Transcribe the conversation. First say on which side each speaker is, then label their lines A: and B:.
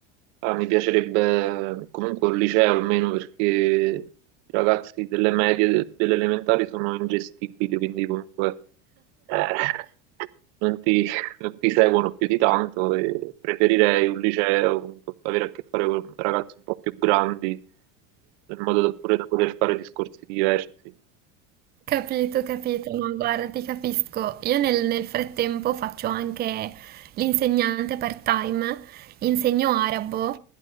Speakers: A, on the right; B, on the right.
A: Ah, mi piacerebbe comunque un liceo almeno perché i ragazzi delle medie, de- delle elementari sono ingestibili, quindi comunque eh, non ti, non ti seguono più di tanto e preferirei un liceo, comunque, avere a che fare con ragazzi un po' più grandi, in modo da, pure da poter fare discorsi diversi.
B: Capito, capito, no, guarda, ti capisco. Io nel, nel frattempo faccio anche l'insegnante part-time, insegno arabo,